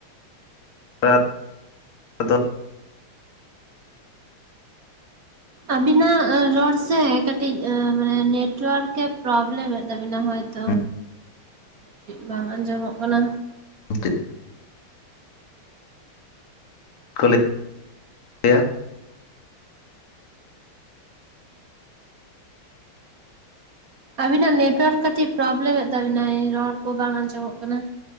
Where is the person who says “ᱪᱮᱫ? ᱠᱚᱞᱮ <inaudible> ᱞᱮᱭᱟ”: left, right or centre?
Left